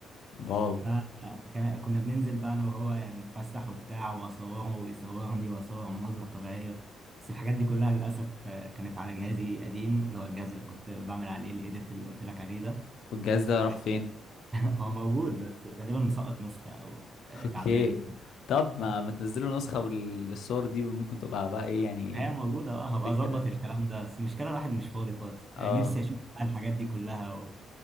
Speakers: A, on the left; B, on the right.
A: واو
B: آه، كان- كنا بننزل بقى انا وهو يعني نتفسح وبتاع واصوره ويصورني واصور مناظر طبيعيه بس الحاجات دي كلها للاسف آه، كانت على جهازي قديم اللي هو الجهاز اللي كنت بعمل عليه الايديت اللي قلت لك عليه ده
A: والجهاز ده
B: <laughs>
A: راح فين
B: هو موجود بس غالبا مسقط نسخه او آه،
A: اوكي
B: تعبان
A: طب
B: <laughs>
A: ما ما تنزلوا نسخة وال- للصور دي ممكن تبقى بقى ايه يعني
B: هي موجوده بقى هبقى
A: ذكرك
B: اظبط الكلام ده بس المشكله الواحد مش فاضي خالص
A: اه
B: آه، نفسي اشوف بقى الحاجات دي كلها و...